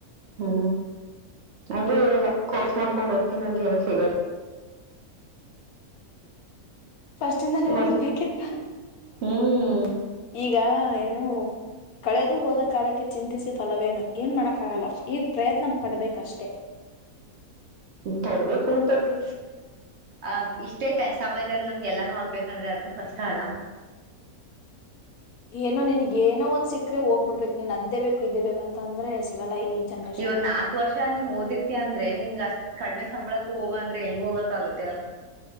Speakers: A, on the right; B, on the left.
A: ಹೂ ಹಂಗೆ ಇವಾಗ ಕೋರ್ಸ್ ಮಾಡ್ಕೊಂಡ್ ಹೊತೀನಿ ಅಂದ್ರೆ ಏನ ಸಿಗಲ್
B: ಫಸ್ಟ್ಿಂದ ನೀವು
A: ಮೊದ್ಲು
B: ಓದ್ಬೇಕಿತ್ತ
A: ಹ್ಮ್
B: ಈಗ ಏ ಕಳೆದು ಹೋದ ಕಾಲಕ್ಕೆ ಚಿಂತಿಸಿ ಫಲವೇನು ಏನ್ ಮಾಡಕ್ಕಾಗಲ್ಲ ಈಗ ಪ್ರಯತ್ನ ಪಡ್ಬೇಕಷ್ಟೇ
A: ತೊಡ್ಬೇಕು ಬಟ್ಟು ಆ ಇಷ್ಟೇ ಸಮಯದಲ್ಲಿ ನನ್ಗೆಲ್ಲಾನು ಆಗ್ಬೇಕಂದ್ರೆ ಾದನು ಕಷ್ಟ ಅಲ್ಲ
B: ಏನೋ ನನ್ಗ್ ಏನೋ ಒಂದ್ ಸಿಕ್ಕ್ರೆ ಹೋಗ್ಬ ಬಿಡ್ಬೇಕು ನೀನ್ ಅದ್ದೇ ಬೇಕು ಇದೇ ಬೇಕ ಅಂತ ಅಂದ್ರೆ ಸಿಗಲ್ಲ ಈ ಜನ್ರೇಷನ್
A: ಇವಾಗ
B: ಅಲ್ಲಿ
A: ನಾಕ್ು ವರ್ಷ ನೀನ್ ಓದಿರ್ತಯ ಅಂದ್ರೆ ನಿನ್ ಕಡಿಮೆ ಸಂಬಳಕ್ಕ ಹೋಗ ಅಂದ್ರೆ ಹೆಂಗ್ ಹೋಗಕ್ ಆಗುತ್ತೆ ಅವು